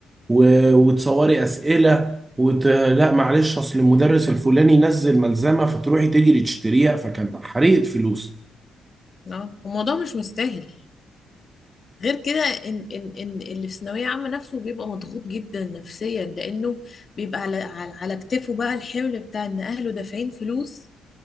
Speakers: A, on the right (about 20°); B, on the left (about 40°).
A: و... وتصوري اسئله وت... لا معلش اصل المدرس الفلاني نزل ملزمه فتروحي تجري تشتريها فكان حريقه فلوس
B: اه الموضوع مش مستاهل غير كده ان ان ان اللي في ثانويه عامه نفسه بيبقى مضغوط جدا نفسيا لانه بيبقى على على على كتفه بقى الحمل بتاع ان اهله دافعين فلوس